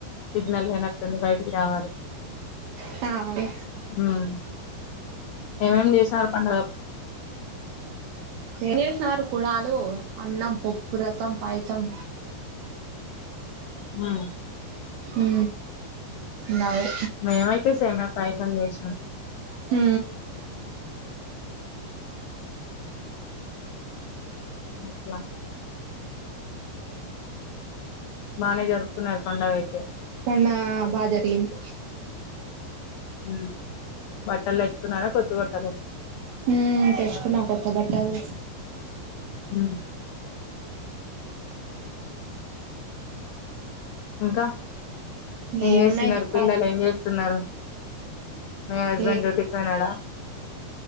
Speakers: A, on the left; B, on the right.
A: సిగ్నల్ లేనట్టుంది బయటకి రావాలి
B: హా అండి
A: ఉమ్ ఏమేం చేసినారు పం
B: ఏం జేష్నారు కుడాలు అన్నం పప్పు రసం పాయసం
A: ఊ
B: ఊ నాయి
A: మేమైతే సేమియా పాయసం చేసినాం
B: ఊ
A: అట్లా బానే జరుపుకున్నారు పండగ అయితే
B: మొన్న బా జరిగింది
A: ఊ బట్టలేసుకున్నారా కొత్త బట్టలు
B: ఊ తెచ్చుకున్నాం కొత్త బట్టాలు
A: ఊ ఇంకా ఏం
B: ఏమున్నాయి
A: చేస్తున్నారు
B: చెప్పాలి
A: పిల్లలు ఏం చేస్తున్నారు మీ హస్బెండ్
B: ఏ
A: డ్యూటీకు వెళ్ళాడా